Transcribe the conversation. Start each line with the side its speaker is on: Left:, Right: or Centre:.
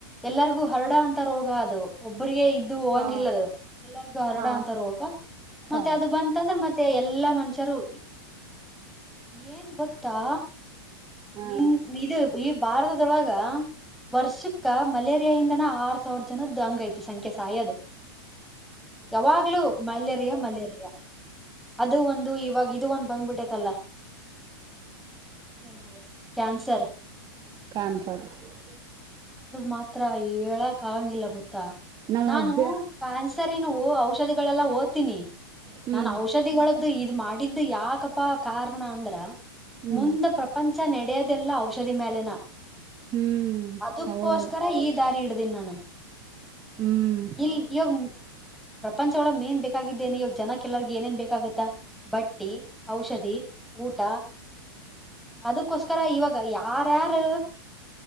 Centre: ಎಲ್ಲರಿಗೂ ಹರಡೊ ಅಂತ ರೋಗ ಅದು. ಒಬ್ಬ್ರಿಗೆ ಇದ್ದು ಹೋಗಂಗಿಲ್ಲದ
Right: ಹಾ
Centre: ಎಲ್ಲರಿಗು ಹರಡ
Right: ಹಾ
Centre: ಅಂತಾ ರೋಗ
Right: ಹಾ
Centre: ಮತ್ತೆ ಅದು ಬಂತ. ಅತ್ತಂದ್ರೆ ಮತ್ತೆ ಎಲ್ಲಾ ಮನುಷ್ಯರು ಏನ್ ಗೊತ್ತಾ.
Right: ಹ್ಮ್
Centre: ಇ ಇದು ಈ. ಭಾರತದೊಳಗ. ವರ್ಷಕ್ಕ ಮಲೇರಿಯಾ ಇಂದನ ಆರ್ ಸಾವಿರ ಜನದ ಹಂಗ್ ಐತಿ ಸಂಖ್ಯೆ ಸಾಯದ್.
Right: <inaudible>
Centre: ಯಾವಾಗ್ಲೂ ಮಲೇರಿಯಾ ಮಲೇರಿಯಾ. ಅದು ಒಂದು ಇವಾಗ ಇದು ಒಂದು ಬಂದ್ಬಿಟ್ಟೈತಲ್ಲಾ. ಏನಾದ? ಕ್ಯಾನ್ಸರ್.
Right: <unintelligible>
Centre: ಮಾತ್ರ ಹೇಳಕ್ ಆಗಂಗಿಲ್ಲ ಗೊತ್ತಾ
Right: ನಮ್ಮ
Centre: ನಾನು.
Right: ಅಭ್ಯ
Centre: ಕ್ಯಾನ್ಸರಿನವು ಔಷಧಿಗಳೆಲ್ಲಾ ಓದ್ತೀನಿ
Right: ಹ್ಮ್
Centre: ನಾನ್ ಔಷ್. ಔಷಧಿಗಳದ್ದು ಇದು ಮಾಡಿದ್ದು ಯಾಕಪ್ಪ ಕಾರಣ ಅಂದ್ರ
Right: ಹ್ಮ್
Centre: ಮುಂದ. ನಡೆಯದೆಲ್ಲ ಔಷಧಿ ಮ್ಯಾಲೆನ
Right: ಹ್ಮ್
Centre: ಅದಕ್ಕೋಸ್ಕರ
Right: ಹೌದು
Centre: ಈ. ದಾರಿ ಇಡ್ದೇನಿ ನಾನು
Right: ಹ್ಮ್
Centre: ಇಲ್ಲಿ ಈಗ. ಪ್ರಪಂಚ ಒಳಗ ಮೇನ್ ಬೇಕಾಗಿದ್ದೇನೆ ಇವಾಗ ಜನ ಕೆಲ್ಲರ್ಗೆ ಏನೇನ್ ಬೇಕಾಗುತ್ತಾ ಬಟ್ಟಿ, ಔಷಧಿ. ಊಟ. ಅದಕ್ಕೋಸ್ಕರ ಇವಾಗ ಯಾರ್ಯಾರೂ.